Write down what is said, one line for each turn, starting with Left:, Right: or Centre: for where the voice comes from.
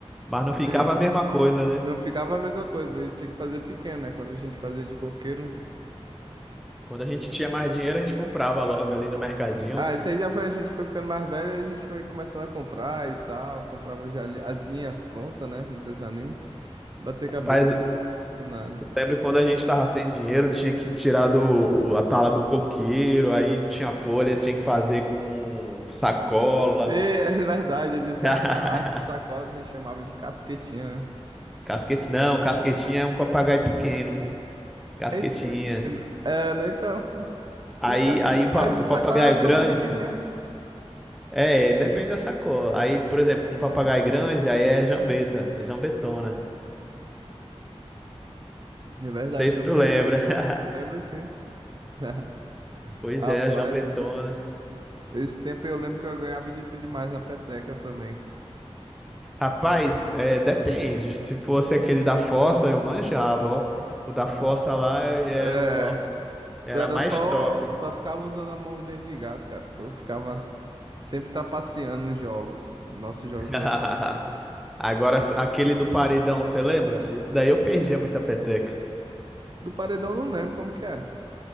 Centre: Mas
Right: Sim.
Centre: não ficava a mesma coisa, né?
Right: Não ficava a mesma coisa, e tinha que fazer pequeno, né? Quando a gente fazia de coqueiro.
Centre: Quando a gente tinha mais dinheiro, a gente comprava logo ali no
Right: É.
Centre: mercadinho.
Right: Ah, isso aí já foi, a gente foi ficando mais velho, a gente foi começando a comprar e tal, comprava já li- as linhas prontas, né? Não precisava nem bater
Centre: Rapaz,
Right: cabeça
Centre: eu
Right: com, com nada.
Centre: lembro quando a gente tava sem dinheiro, tinha que tirar do, o- a tala do coqueiro, aí não tinha folha, tinha que fazer com sacola.
Right: E, é verdade, a gente,
Centre: <laughs>
Right: a, a- as de sacola a gente chamava de casquetinha. né?
Centre: Casquete, não, casquetinha é um papagaio pequeno, pô. Casquetinha.
Right: Eita, é, é, né, então,
Centre: Aí,
Right: eita,
Centre: aí o pa-
Right: as de
Centre: o
Right: sacola
Centre: papagaio
Right: eram
Centre: grande,
Right: tudo pequenininho.
Centre: pô. É, depende da sacola. Aí, por exemplo, um papagaio grande, aí é jambeta, jambetona.
Right: É verdade,
Centre: Não sei
Right: jambeta.
Centre: se tu lembra. <laughs>
Right: Lembro sim. <laughs>
Centre: Pois
Right: Rapaz,
Centre: é, a jambetona.
Right: esse esse tempo eu lembro que eu ganhava de tudo demais na peteca também.
Centre: Rapaz, é, depende. Se fosse aquele da fossa, eu manjava, ó. O da fossa lá era,
Right: É.
Centre: o- era
Right: Tu era
Centre: mais
Right: só,
Centre: top.
Right: só ficava usando a mãozinha de gato, cara. Tu ficava sempre trapaceando nos jogos, nos nossos jogos
Centre: <laughs>
Right: da infância.
Centre: Agora, aquele do paredão, você lembra? Esse daí eu perdia muita peteca.
Right: Do paredão eu não lembro como que era.